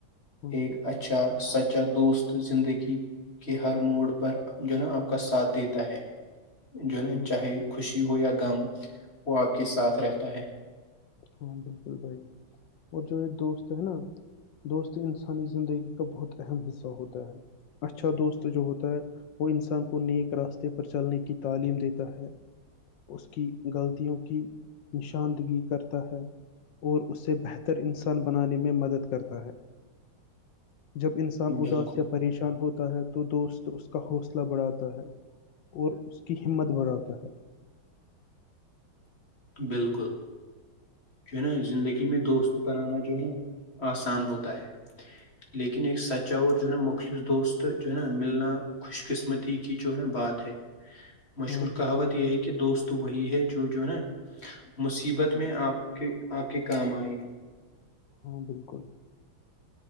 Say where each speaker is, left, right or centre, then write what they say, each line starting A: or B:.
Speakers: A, on the left (about 70°); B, on the left (about 30°).
A: ہاں
B: ایک
A: بالکل
B: اچھا سچا دوست زندگی کہ ہر موڈ پر جو نا آپ کا ساتھ دیتا ہے جو نا
A: ہاں
B: چاہے خوشی ہو یا غم وہ آپ کے ساتھ رہتا ہے
A: ہاں بالکل بھائی اور جو یہ دوست ہے نا دوست انسانی زندگی کا بہت اہم حصہ ہوتا ہے اچھا دوست جو ہوتا ہے وہ انسان کو نیک راستے پر چلنے کی تعلیم دیتا ہے اس کی غلطیوں کی نشاندگی کر اور اسے بہتر انسان بنانے میں مدد کرتا ہے جب انسان
B: بالکل
A: اداس یا پریشان ہوتا ہے تو دوست اس کا حوصلہ بڑھاتا ہے اور اس کی ہمت بڑھاتا ہے
B: بالکل جو ہے نا زندگی میں دوست بنانا جو ہے نا آسان ہوتا ہے لیکن ایک سچا اور جو ہے نا مخلص دوست جو ہے نا ملنا خوش قسمتی کی جو ہے نا بات ہے مشہور
A: ہاں
B: کہاوت
A: بالکل
B: یہ ہے کہ دوست وہی ہے جو جو نا مصیبت میں آپ کے آپ کے کام آئے
A: ہاں بالکل